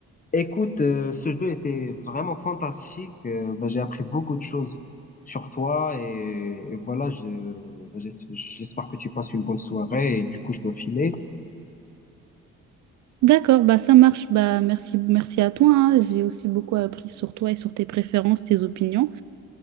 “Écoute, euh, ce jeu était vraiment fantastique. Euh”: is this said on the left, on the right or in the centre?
Left